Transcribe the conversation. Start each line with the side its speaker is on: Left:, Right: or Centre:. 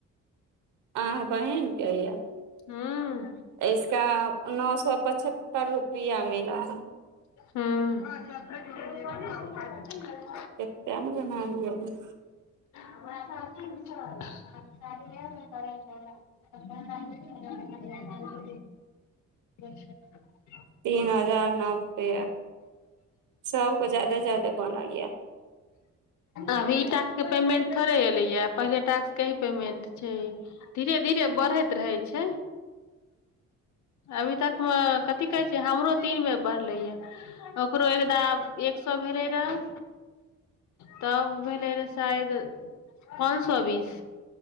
Right: अह बहिनक कहैय
Left: हूँ
Right: इसका नओ सौ पचह त रुपैया मिला
Left: हूँ
Right: कतेक ने बनाब
Left: हमी ल करै ल <unintelligible> <unintelligible>
Right: तीन हजार नबबआ सबको ज्यादे ज्यादे बनल या
Left: अभी ई टैक्स के पेमेंट थोड़े एले ह पहिले टैक्स के ही पेमेंट छै धीरे धीरे बढ़ैत रहे छै अभी तक मे कथी कहै छै से हमरो तीन बे बढ़लैए ओकरो एकदा एक सए भेलै रहऽ तब भेलै रहऽ शायद पाँच सए बीस